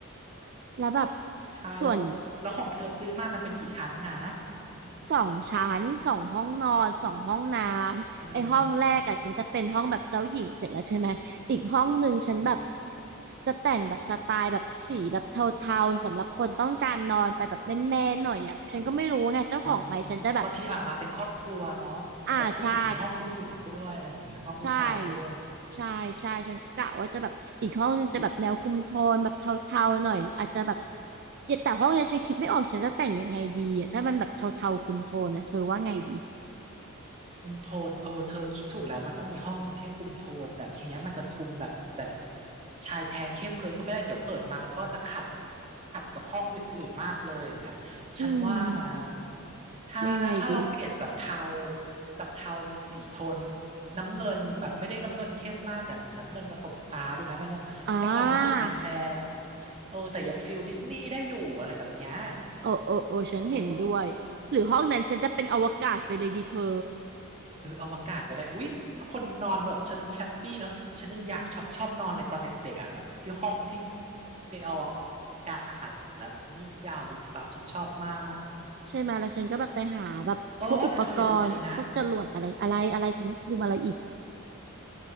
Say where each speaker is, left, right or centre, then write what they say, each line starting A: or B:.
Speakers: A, on the right; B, on the right.
A: แล้วแบบ
B: ใช่แล้วแล้วของเธอซื้อมามันเป็นกี่ชั้นนะ
A: ส่วน สองชั้นสองห้องนอนสองห้องน้ำไอห้องแรกอะฉันจะเป็นห้องแบบเจ้าหญิงเสร็จแล้วใช่ไหมอีกห้องหนึ่งฉันแบบ
B: สองชั้นเอออืม
A: จะแต่งแบบสไตล์แบบสีแบบเทาๆสำหรับคนต้องการนอนไปแบบแมนๆหน่อยอะฉันก็ไม่รู้ไงเจ้าของไหมฉันจะแบบ
B: อ๋อบางทีอาบมาเป็นครอบครัวเนาะแบบผู้หญิงมีห้องผู้หญิงด้วยอะไรอย่างเงี้ยห้องผู้ชายด้วย
A: อ่าใช่ใช่ใช่ใช่ฉันก็กะว่าจะแบบอีกห้องนึงจะแบบแนวคุมโทนแบบเทาๆหน่อยอาจจะแบบเย็นแต่ห้องเนี้ยฉันคิดไม่ออกฉันจะแต่งยังไงดีอ่ะถ้ามันแบบเทาๆคุมโทนนะเธอว่าไงดี
B: คุมโทนเออเธอคิดถูกแล้วมันต้องมีห้องหนึ่งที่คุมโทนแต่ทีเนี้ยมันจะคุมแบบแบบชายแท้เข้มเลยก็ไม่ได้เดี๋ยวเปิดมามันก็จะขัดขัดกับห้องอื่นๆมากเลยอย่างเงี้ยฉันว่านะ
A: อืม
B: ถ้าถ้าเราเปลี่ยนจากเทา
A: ยังไงดี
B: จากเทาเป็นสีโทนน้ำเงินแบบไม่ได้น้ำเงินเข้มมากแต่น้ำเงินผสมฟ้าดีไหมมันยังให้ความรู้สึกแมนแมน
A: อ่า
B: เออแต่ยังฟิลดิสนีย์ได้อยู่อะไรแบบเนี้ย
A: โอ้โอ้โอ้ฉันเห็นด้วย
B: เออ
A: หรือห้องนั้นฉันจะเป็นอวกาศไปเลยดีเธอ
B: เอออวกาศก็ได้อุ๊ยคนนอนแบบฉันแฮปปี้เนาะฉันยังอยากชอบชอบนอนเลยตอนเด็กๆอ่ะแบบที่ห้องที่มีอวกาศแล้วมีดาววิบวับฉันชอบมาก
A: ใช่ไหมแล้วฉันก็แบบไปหาแบบพวกอุปกรณ์พวกจรวดอะไรอะไรอะไรฉันลืมอะไรอีก
B: โอ้แต่เธออย่าลืมอันนี้นะ